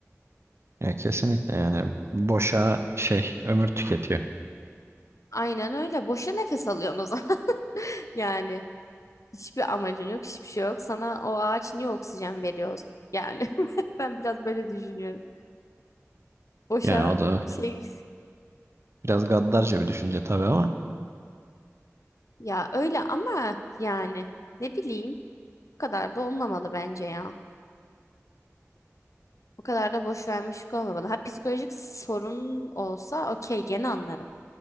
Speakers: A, on the right; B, on the left.
A: Ya kesinlikle yani boşa şey ömür tüketiyor.
B: Aynen öyle. Boşa nefes alıyorsun o zaman. <laughs> Yani hiçbir amacın yok, hiçbir şey yok. Sana o ağaç niye oksijen veriyor? Yani <laughs> ben biraz böyle düşünüyorum. Boşa
A: Yani o da
B: şey
A: biraz gaddarca bir düşünce tabii ama
B: ya öyle ama yani ne bileyim o kadar da olmamalı bence ya. O kadar da boş vermişlik olmamalı. Ha psikolojik sorun olsa okey gene anlarım.